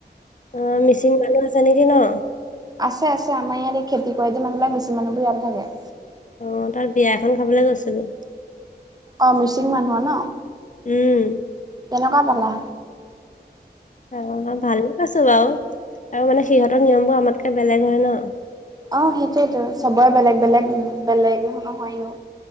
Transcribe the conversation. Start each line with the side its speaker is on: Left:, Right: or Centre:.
Left: অ মিচিং মানুহ আ ছে নেকি ন
Right: আছে আছে আমাৰ ইয়াতে খেতি কৰে যে মানুহবিলাক মিচিং মানু্হবোৰ ইয়াতে থাকে
Left: অ তাত বিয়া এখন খাবলৈ গৈছিলোঁ
Right: অঁ মিচিং মানুহ ন
Left: উম
Right: কেনেকা পালা?
Left: অ ভালে পাইছো বাও আৰু মানে সিহঁতৰ নিয়মবোৰ আমাতকে বেলেগ হয় ন
Right: অ সেইটোয়েতো চবৰে বেলেগ বেলেগ বেলেগ নহ নহয় নো